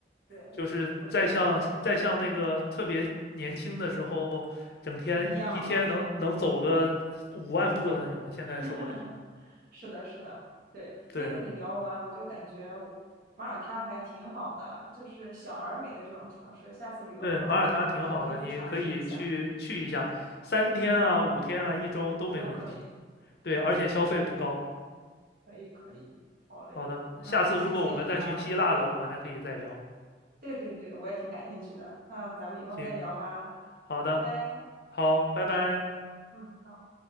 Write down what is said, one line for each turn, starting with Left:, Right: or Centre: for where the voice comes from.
Right: 对，
Left: 就是再像再像那个特别年轻的时候，
Right: 我觉得
Left: 整天一一天能能走个五万步的那种，
Right: 不一样了。
Left: 现在受不了。
Right: <laughs> 哈哈，是的，是的，对，
Left: 对的，
Right: 今天跟你聊完，我就感觉马耳他还挺好的，就是小而美的这种城市。下次旅游的话，
Left: 对，马耳他挺好的，
Right: 我可能也可以去尝试一下，
Left: 你可以去去一下，三天啊、五天啊、一周都没问题。
Right: 都可以。
Left: 对，
Right: 嗯嗯嗯，
Left: 而且消费不高。
Right: 可以可以，好嘞，
Left: 好的，
Right: 那谢谢你啊。
Left: 下次如果我们再去希腊了，我们还可以再聊。
Right: 对对对，我也挺感兴趣的。那咱们以后再聊吧，
Left: 行，好的，
Right: 拜拜。
Left: 好，拜拜。
Right: 嗯，好。